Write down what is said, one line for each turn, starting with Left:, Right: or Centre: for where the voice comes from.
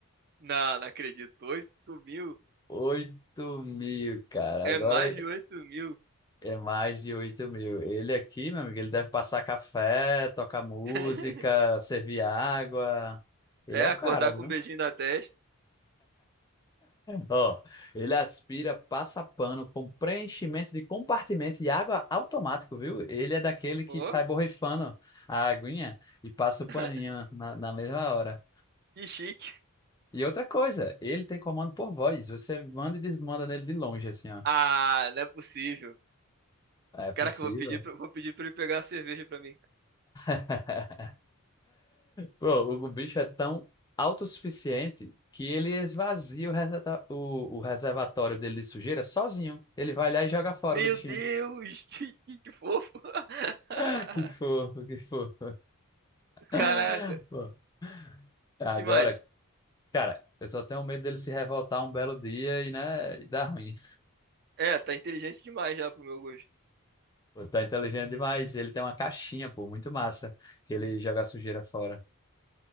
Right: Não, não acredito. oito mil.
Left: 8 mil, cara.
Right: É
Left: Agora
Right: mais
Left: é
Right: de oito mil.
Left: é mais de 8 mil. Ele aqui, meu amigo, ele deve passar café, tocar música,
Right: <laughs>
Left: servir água. Ele
Right: É,
Left: é o
Right: acordar
Left: cara, viu?
Right: com um beijinho na testa.
Left: Ó, ele aspira, passa pano com preenchimento de compartimento e água automático, viu? Ele é daquele que
Right: Pô,
Left: sai borrifando a aguinha e passa o
Right: <laughs>
Left: paninho na, na mesma hora.
Right: que chique.
Left: E outra coisa, ele tem comando por voz. Você manda e desmanda nele de longe, assim, ó.
Right: Ah, não é possível.
Left: É possível.
Right: Caraca, eu vou pedir, pra- vou pedir pra ele pegar a cerveja pra mim.
Left: <laughs> Pô, o, o bicho é tão autossuficiente que ele esvazia o, reseta- o, o reservatório dele de sujeira sozinho. Ele vai lá e joga fora
Right: Meu
Left: o lixinho.
Right: Deus, <laughs> que, que que fofo. <laughs>
Left: <laughs> Que fofo, que fofo. <laughs>
Right: Caraca,
Left: Agora,
Right: que mais?
Left: cara, eu só tenho medo dele se revoltar um belo dia e, né, e dar ruim.
Right: É, tá inteligente demais já pro meu gosto.
Left: Pô, tá inteligente demais. Ele tem uma caixinha, pô, muito massa, que ele joga a sujeira fora.